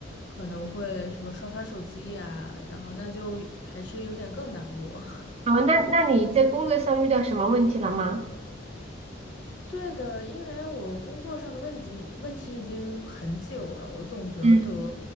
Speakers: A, on the left; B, on the right.
A: 可能会什么刷刷手机呀，然后那就还是有点更难过。<laughs>
B: 哦，那那你在工作上遇到什么问题了吗？
A: 对的，因为我工作上的问题问题已经很久了，我总觉得
B: 嗯，